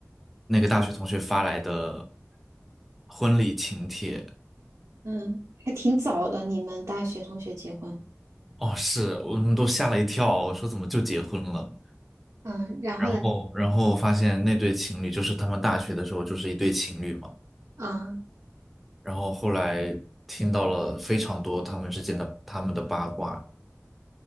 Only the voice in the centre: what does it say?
那个大学同学发来的婚礼请帖。
哦，是，我们都吓了一跳，我说怎么就结婚了？
然后，然后发现那对情侣就是他们大学的时候就是一对情侣嘛。
然后后来听到了非常多他们之间的他们的八卦。